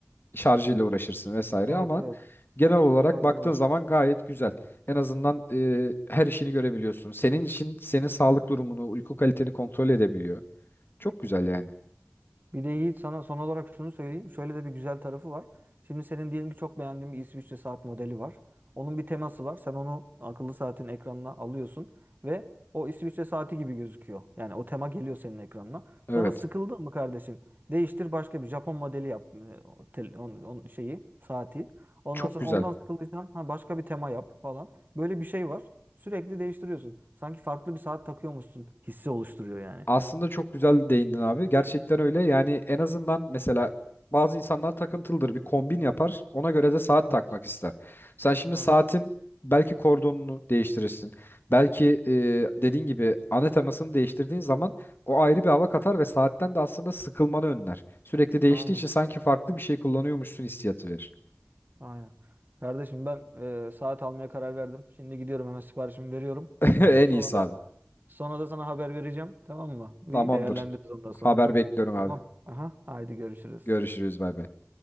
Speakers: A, on the left; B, on the right.
A: şarjıyla uğraşırsın vesaire
B: Evet
A: ama
B: evet.
A: genel olarak
B: E, O yanı
A: baktığın
B: var.
A: zaman gayet güzel. En azından e, her işini görebiliyorsun. Senin için senin sağlık durumunu, uyku kaliteni kontrol edebiliyor. Çok güzel yani.
B: Bir de Yiğit sana son olarak şunu söyleyeyim. Şöyle de bir güzel tarafı var. Şimdi senin diyelim ki çok beğendiğin bir İsviçre saat modeli var. Onun bir teması var. Sen onu akıllı saatin ekranına alıyorsun ve o İsviçre saati gibi gözüküyor. Yani o tema geliyor senin ekranına.
A: Evet.
B: Sonra sıkıldın mı kardeşim? Değiştir başka bir Japon modeli yap. e, o tel- on, on şeyi, saati. Ondan
A: Çok
B: sonra
A: güzel.
B: ondan sıkıldıysan ha başka bir tema yap falan. Böyle bir şey var. Sürekli değiştiriyorsun. Sanki farklı bir saat takıyormuşsun hissi oluşturuyor yani.
A: Aslında çok güzel değindin abi. Gerçekten öyle. Yani en azından mesela bazı insanlar takıntılıdır. Bir kombin yapar. Ona göre de saat
B: Evet,
A: takmak ister. Sen şimdi
B: evet.
A: saatin belki kordonunu değiştirirsin. Belki e, dediğin gibi ana temasını değiştirdiğin zaman o ayrı bir hava katar ve saatten de aslında sıkılmanı önler. Sürekli değiştiği
B: Aynen.
A: için sanki farklı bir şey kullanıyormuşsun hissiyatı verir.
B: Aynen. Kardeşim ben e, saat almaya karar verdim. Şimdi gidiyorum hemen siparişimi veriyorum.
A: <laughs>
B: Sonra
A: En iyisi
B: da
A: abi.
B: sonra da sana haber vereceğim. Tamam mı? Bir
A: Tamamdır.
B: değerlendiririz ondan sonra.
A: Haber bekliyorum
B: Tamam.
A: abi.
B: Aha. Haydi görüşürüz.
A: Görüşürüz bay bay.